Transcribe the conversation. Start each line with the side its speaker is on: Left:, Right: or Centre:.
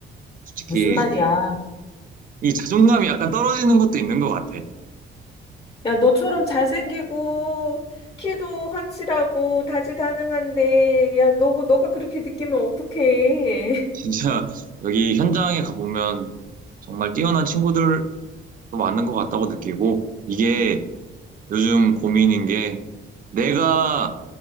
Right: 솔직히
Left: 무슨 말이야?
Right: 이 자존감이 약간 떨어지는 것도 있는 것 같아.
Left: 야, 너처럼 잘생기고, 키도 환칠하고, 다재다능한데, 야, 너, 너가 그렇게 느끼면 어떡해.
Right: 진짜
Left: <laughs>
Right: 여기 현장에 가보면 정말 뛰어난 친구들도 많은 것 같다고 느끼고, 이게 요즘 고민인 게 내가